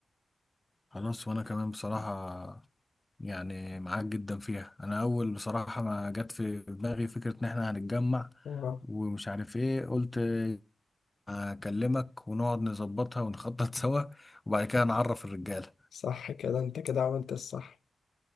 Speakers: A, on the left; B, on the left.
A: خلاص وانا كمان بصراحة يعني معاك جدا فيها انا اول بصراحة ما جت في دماغي فكرة ان احنا هنتجمع
B: اه
A: ومش عارف ايه قلت اكلمك ونقعد نظبطها ونخطط <laughs> سوا وبعد كده نعرف الرجالة
B: صح كده انت كده عملت الصح